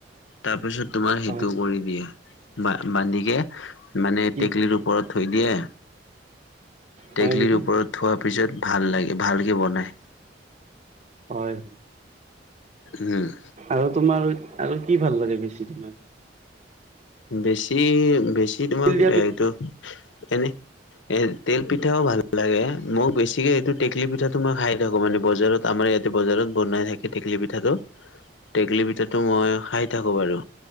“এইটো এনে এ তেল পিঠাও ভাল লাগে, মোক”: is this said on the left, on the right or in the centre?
Left